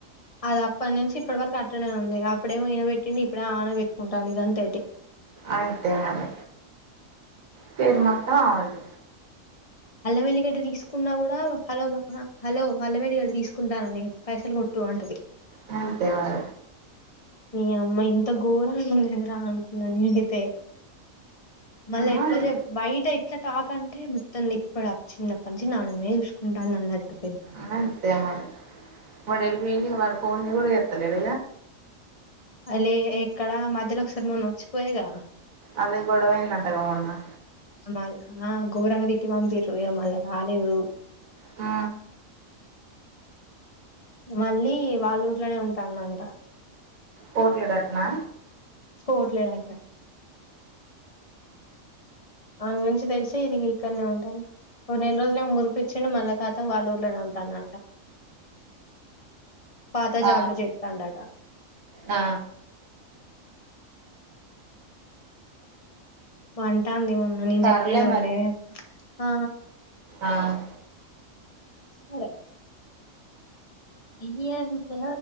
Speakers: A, on the left; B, on the right.
A: అది అప్పటి నుంచి ఇప్పటి వరకు అట్టడే ఉంది అప్పుడేమి ఈయన పెట్టిడి ఇప్పుడే ఆన పెట్టుకుంటుంది గంత
B: అంతే మరి పేరు మత్త ఆవుళు
A: అల్లమల్లిగడ్డ తీసుకున్నా కూడా హలో బా హలో అల్లమల్లిగడ్డ తీసుకుంటానని పైసలు కొ టు అంటది
B: ననంతే మర
A: మీ అమ్మ ఇంత ఘోరంగా ఉందిందిరా అనుకున్నాను అయితే మల ఎట్ల
B: మరి
A: జ బయిట ఎట్లా తాకంటే మొత్తం ఇప్పుడు ఆ చిన్నప్పనించి నానమే చూసుకుంటాను అన్నట్డు
B: అ ఎంతే మ ఇడ పడి మ పో కూడా ఎ ఎడ
A: అలీ ఎక్కడ మధ్యలోకి సార్ మున్ వచ్చపోయగా
B: అదే గొడవైందంటగా మొన్న
A: ఏమాల్ ఆ గోరంగా తిట్టి పంపారు మళ్ళీ రాలేరు
B: ఆ
A: మళ్ళీ వాళ్ల ఊర్లనే ఉంటాది అంట
B: పోట్లేడట్నా
A: పోట్లేడంట వాని గురించి తెలిసి ఇది ఇక్కడనే ఉంటాంది. ఓ నెల రోజులు ఏమో మురిపిచ్చిండు మళ్ళా ఖతం వాళ్ళ ఊర్లనే ఉంటాడు అంట పాత జాబే
B: ఆ
A: చెతాండు అట
B: ఆ
A: మంటాందిమో నేను
B: సర్లే
A: చెప్పిన కదానే
B: మరి
A: ఆ
B: ఆ
A: సరే అయ్యో నీకు